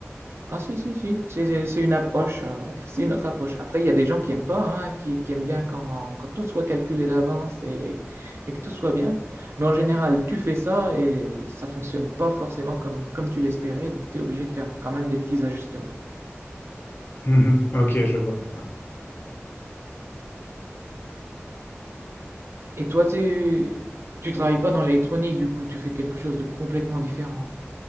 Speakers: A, on the right; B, on the left.
A: Ah si, si, si, c'est c'est- c'est une approche, euh, <laughs> c'est une autre approche. Après, il y a des gens qui aiment pas, hein, qui, qui aiment bien quand, quand tout soit calculé d'avance et, et que tout soit bien. Mais en général, tu fais ça et ça fonctionne pas forcément comme, comme tu l'espérais, donc tu es obligé de faire quand même des petits ajustements.
B: Mhm. Ok, je vois. ouais.
A: Et toi, tu, tu travailles pas dans l'électronique, du coup, tu fais quelque chose de complètement différent.